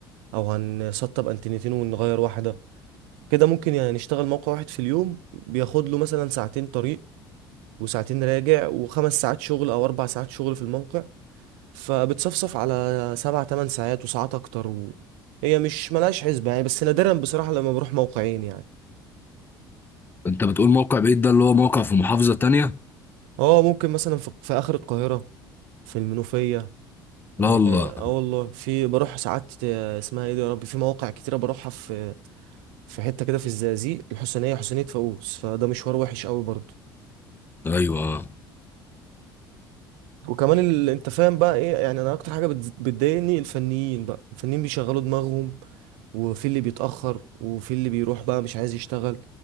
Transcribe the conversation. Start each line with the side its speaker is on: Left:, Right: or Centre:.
Right: او هنسطب انتنتين ونغير واحده كده ممكن يعني نشتغل موقع واحد في اليوم بياخد له مثلا ساعتين طريق وساعتين راجع وخمس ساعات شغل او اربع ساعات شغل في الموقع فبتصفصف على سبع تمن ساعات وساعات اكتر و... هي مش ملهاش حسبة يعني بس نادرا بصراحة لما بروح موقعين يعني
Left: انت بتقول موقع بعيد ده اللي هو موقع في محافظة تانية
Right: اه ممكن مثلا في, في اخر القاهرة في المنوفية
Left: لا
Right: اه
Left: والله
Right: آه والله في بروح ساعات آه، اسمها ايه دي يا ربي في مواقع كتيرة بروحها في في حتة كده في الزقازيق الحسينية حسينية فاقوس فده مشوار وحش قوي برضه
Left: ايوه آه.
Right: وكمان ال... انت فاهم بقى ايه يعني انا اكتر حاجه بتز- بتضايقني الفنيين بقى الفنيين بيشغلوا دماغهم وفي اللي بيتاخر وفي اللي بيروح بقى مش عايز يشتغل